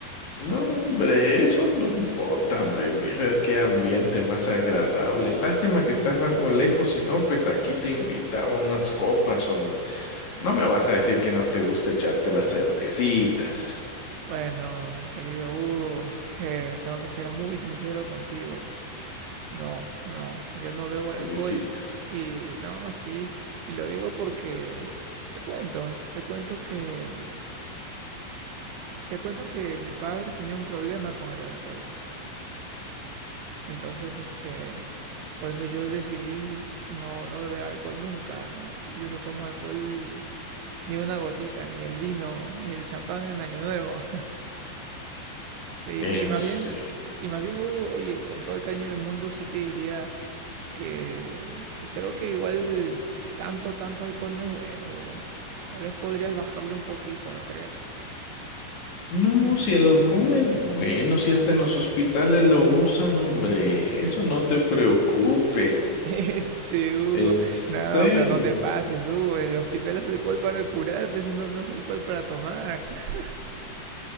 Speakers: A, on the left (about 50°); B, on the right (about 85°).
A: No, hombre, eso no importa, hombre. Es que ambiente más agradable. Lástima que estás algo lejos, si no, pues aquí te invitaba unas copas, hombre. No me vas a decir que no te gusta echarte las cervecitas,
B: Bueno, mi querido Hugo, eh, tengo que ser muy sincero contigo. No, no, yo no bebo alcohol.
A: cervecitas.
B: Y no, sí, y lo digo porque te cuento, te cuento que, te cuento que mi padre tenía un problema con el alcohol. Entonces, este, por eso yo decidí no, no beber alcohol nunca, ¿no? Yo no tomo alcohol ni una gotita, ni el vino, ni el champán en Año Nuevo. Sí,
A: En
B: y más
A: serio.
B: bien, y más bien, Hugo, oye, con todo el cariño del mundo, sí te diría que, que creo que igual tanto, tanto alcohol no es bueno, Hugo. Tal vez podrías bajarle un poquito, ¿no crees?
A: No, no, si el halcón es bueno, si hasta en los hospitales lo usan, hombre. Eso no te preocupe.
B: <laughs> Ese Hugo,
A: En serio.
B: no, pero no te pases, Hugo. El hospital es alcohol para curar, pues no, no es alcohol para tomar. <laughs>